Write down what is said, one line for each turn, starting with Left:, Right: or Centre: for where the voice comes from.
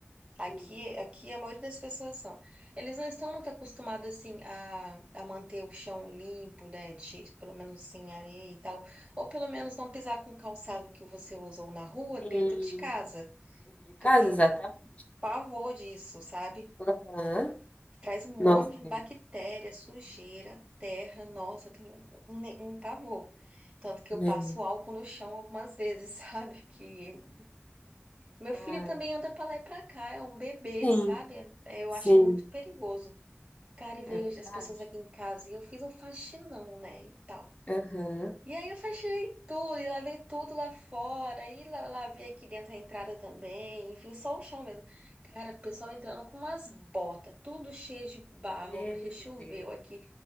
Right: Aqui,
Left: Sim.
Right: aqui a maioria das pessoas são. Eles não estão muito acostumados assim a, a manter o chão limpo, né? De, pelo menos sem areia e tal. Ou pelo menos não pisar com o calçado que você usou na rua
Left: Sim.
Right: dentro de casa.
Left: Dentro de casa,
Right: Que eu tenho
Left: exatamente.
Right: pavor disso, sabe?
Left: Aham.
Right: Traz um monte
Left: Nossa,
Right: de bactéria, sujeira, terra. Nossa, eu tenho um, ne- um pavor. Tanto que eu
Left: né
Right: passo álcool no chão algumas vezes, <laughs> sabe? Que meu filho
Left: Ai,
Right: também anda pra lá e pra cá, é um bebê,
Left: sim,
Right: sabe? É- Eu
Left: sim,
Right: acho muito perigoso. Cara, e veio
Left: é verdade.
Right: as pessoas aqui em casa e eu fiz um faxinão, né, e tal.
Left: Aham.
Right: E aí eu faxinei tudo e lavei tudo lá fora e la- lavei aqui dentro a entrada também, enfim, só o chão mesmo. Cara, o pessoal entrando com umas botas, tudo cheio de barro,
Left: Meu
Right: porque
Left: Deus,
Right: choveu aqui.